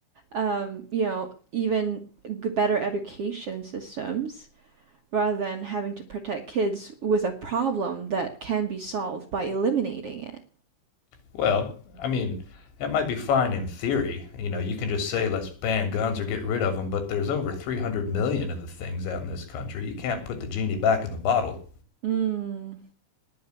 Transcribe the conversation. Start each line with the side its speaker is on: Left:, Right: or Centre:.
Right: um, you know, even g- better education systems rather than having to protect kids with a problem that can be solved by eliminating it.
Left: Well, I mean, that might be fine in theory. You know, you can just say let's ban guns or get rid of them, but there's over 300 million of the things out in this country. You can't put the genie back in the bottle.
Right: Mm.